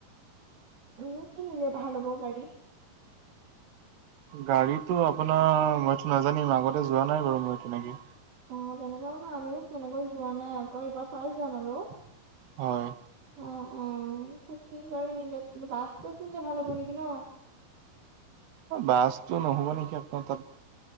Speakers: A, on the right; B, on the right.
A: উম, কি নিলে ভাল হ'ব গাড়ী?
B: গাড়ীটো আপোনাৰ মইতো নাজানিম আগতে যোৱা নাই বাৰু মই তেনেকে।
A: অ', তেনেকৈ মানে আমিও তেনেকৈ যোৱা নাই আকৌ এইবাৰ ফাৰ্ষ্ট যাম আৰু।
B: হয়।
A: অ', অ', তে কি গাড়ী নিলে বাছ- তাছ নিলে ভাল হ'ব নেকি ন!
B: বাছতো নহ'ব নেকি আপোনাৰ তাত